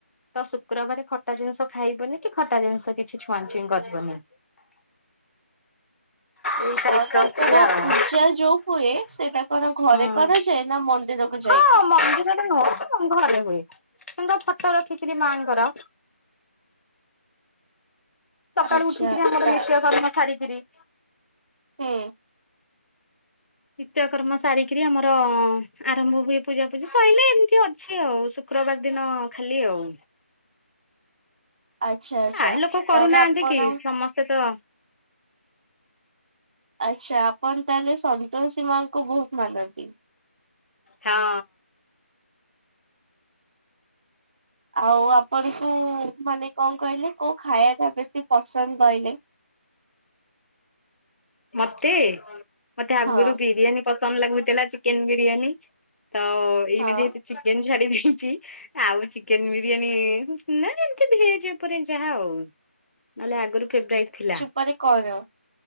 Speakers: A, on the left; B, on the right.
A: ତ ଶୁକ୍ରବାରେ ଖଟା ଜିନିଷ ଖାଇବନିକି ଖଟା ଜିନିଷ କିଛି ଛୁଆଁ ଛୁଇଁ କରିବନି। ଏଇ ଟାଇପର
B: ଆଉ ତାଙ୍କର
A: ଅଛି ଆଉ
B: ପୂଜ ଯା ଯୋଉ ହୁଏ ସେ ତାଙ୍କର ଘରେ
A: ହୁଁ
B: କରାଯାଏ ନା ମନ୍ଦିରକୁ ଯାଇକି?
A: ହଁ ମନ୍ଦିରରେ ନୁହେଁ ଘରେ ହୁଏ ତାଙ୍କ ଫଟୋ ରଖିକିରି ମାଆଙ୍କର ସକାଳୁ
B: ଆଚ୍ଛା
A: ଉଠିକିରି ଆମର
B: ତା
A: ନିତ୍ୟକର୍ମ ସାରିକିରି
B: ହୁଁ।
A: ନିତ୍ୟ କର୍ମ ସାରିକିରି ଆମର ଆରମ୍ଭ ହୁଏ ପୂଜା ପୂଜି ସଇଲେ ଏମିତି ଅଛି ଆଉ ଶୁ କ୍ରବାର ଦିନ ଖାଲିଆଉ।
B: ଆଚ୍ଛା ଆଚ୍ଛା
A: ସାହି ଲୋକ କରୁ
B: ତାହେଲେ
A: ନାହାଁନ୍ତି
B: ଆପଣ
A: କି ସମସ୍ତେତ
B: ଆଚ୍ଛା ଆପଣ ତାହେଲେ ସନ୍ତୋଷୀ ମାଙ୍କୁ ବହୁତ ମାନନ୍ତି?
A: ହଁ।
B: ଆଉ ଆପଣଙ୍କୁ ମାନେ କଣ କହିଲେ କୋଉ ଖାଇବାଟା ବେଶୀ ପସନ୍ଦ କହିଲେ?
A: ମତେ ମତେ ଆଗୁରୁ
B: ହଁ
A: ବିରିୟାନି ପସନ୍ଦ ଲାଗୁଥିଲା ଚିକେନ୍ ବିରିୟାନୀ ତ ଏଇନା
B: ହଁ
A: ଯେହେତୁ ଚିକେନ ଛାଡି ଦେଇଚି ଆଉ ଚିକେନ ବିରିୟାନୀ ନା ଏମିତି ଭେଜ ଉପରେ ଯାହା ଆଉ। ନହେଲେ ଆଗରୁ ଫେବ୍ରାଇଟ୍ ଥିଲା।
B: ମାନେ କର।